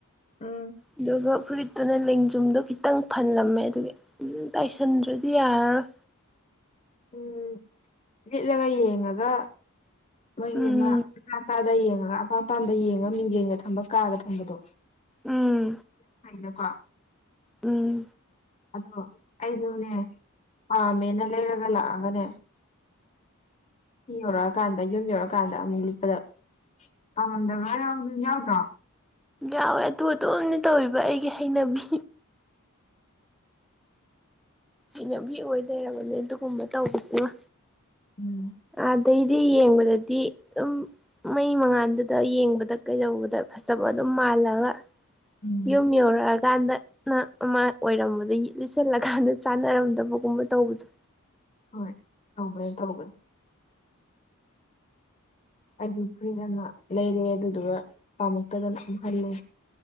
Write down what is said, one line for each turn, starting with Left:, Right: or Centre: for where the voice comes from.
Left: ꯎꯝ
Centre: ꯑꯗꯨꯒ ꯐꯨꯔꯤꯠ ꯑꯗꯨꯅ ꯂꯦꯡꯖꯨꯝꯗꯣ ꯈꯤꯇꯪ ꯐꯜꯂꯝꯃꯦ ꯑꯗꯨꯒꯤ ꯇꯥꯏꯁꯟꯗ꯭ꯔꯗꯤ ꯌꯥꯔꯔꯣꯏ
Left: ꯎꯝ ꯂꯤꯠꯂꯒ ꯌꯦꯡꯉꯒ ꯃꯣꯏꯒꯤ
Centre: ꯎꯝ
Left: ꯑꯃ ꯑꯆꯥ ꯑꯗ ꯌꯦꯡꯉꯒ ꯑꯄꯥꯝ ꯑꯄꯥꯝꯗ ꯌꯦꯡꯉ ꯃꯤꯡꯖꯡꯒ ꯊꯝꯕ ꯀꯥꯒ ꯊꯝꯕꯗꯣ
Centre: ꯎꯝ
Left: ꯐꯥꯏꯅꯀꯣ
Centre: ꯎꯝ
Left: ꯑꯗꯣ ꯑꯩꯁꯨꯅꯦ ꯄꯥꯝꯃꯦꯅ ꯂꯩꯔꯒ ꯂꯥꯛꯑꯒꯅꯦ ꯁꯤꯌꯥꯎꯔꯥꯒꯥꯝ ꯌꯨꯝ ꯌꯧꯔꯛꯑꯀꯥꯟꯗ ꯑꯃꯨꯛ ꯂꯤꯠꯄꯗ ꯄꯥꯝꯂꯝꯗꯕꯒ ꯌꯥꯎꯗ꯭ꯔꯣ
Centre: ꯌꯥꯎꯋꯦ ꯑꯗꯨ ꯑꯗꯨꯝ ꯇꯧꯔꯤꯕ ꯑꯩꯒꯤ ꯍꯩꯅꯕꯤ ꯍꯩꯅꯕꯤ ꯑꯣꯏ ꯂꯩꯔꯕꯅꯤ ꯑꯗꯨꯒꯨꯝꯕ ꯇꯧꯕꯁꯤꯃ
Left: ꯎꯝ
Centre: ꯑꯗꯩꯗꯤ ꯌꯦꯡꯕꯗꯗꯤ ꯑꯗꯨꯝ ꯃꯩ ꯃꯉꯥꯜꯗꯨꯗ ꯌꯦꯡꯕꯗ ꯀꯩꯗꯧꯕꯗ ꯐꯖꯕ ꯑꯗꯨꯝ ꯃꯥꯜꯂꯒ
Left: ꯎꯝ
Centre: ꯌꯨꯝ ꯌꯧꯔꯛ ꯀꯥꯟꯗꯅ ꯑꯃꯥ ꯑꯣꯏꯔꯝꯕꯗꯩ ꯂꯤꯁꯜꯂꯀꯥꯟꯗ ꯆꯥꯟꯅꯔꯝꯗꯕꯒꯨꯝꯕ ꯇꯧꯕꯗꯣ
Left: ꯍꯣꯏ ꯇꯧꯕꯅꯦ ꯇꯧꯕꯅꯦ ꯑꯗꯨ ꯐꯨꯔꯤꯠ ꯑꯃ ꯂꯩꯔꯦ ꯑꯗꯨꯗꯨꯒ ꯄꯥꯝꯃꯛꯇꯗꯅ ꯑꯃꯨ ꯍꯜꯂꯦ